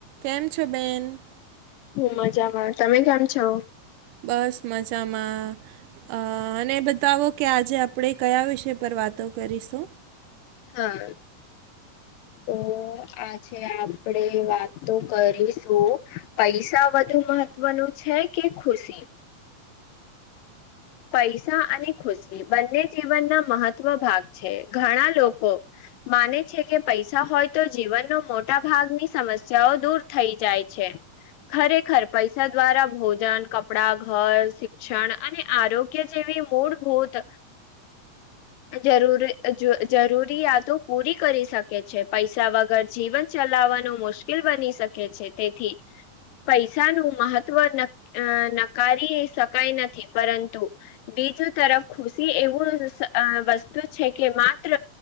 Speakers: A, on the right; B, on the left.
A: કેમ છો બેેન?
B: હું મજામાં, તમે કેમ છો?
A: બસ મજામાં અ અને બતાવો કે આજે આપડે કયા વિષય પર વાતો કરીશું
B: હા. તો આજે આપડે વાતો કરીશું પૈસા વધુ મહત્વનું છે કે ખુશી પૈસા અને ખુસી બંને જીવનના મહત્વ ભાગ છે, ઘણા લોકો માને છે કે પૈસા હોય તો જીવનનો મોટા ભાગની સમસ્યાઓ દૂર થઈ જાય છે, ખરેખર પૈસા દ્વારા ભોજન, કપડા, ઘર, શિક્ષણ અને આરોગ્ય જેવી મૂળભૂત જરૂર જ જરૂરિયાતો પૂરી કરી શકે છે, પૈસા વગર જીવન ચલાવવાનું મુશ્કેલ બની શકે છે, તેથી પૈસાનું મહત્વ નક અ નકારી શકાય નથી. પરંતુ બીજું તરફ ખુસી એવું સ અ વસ્તુ છે કે માત્ર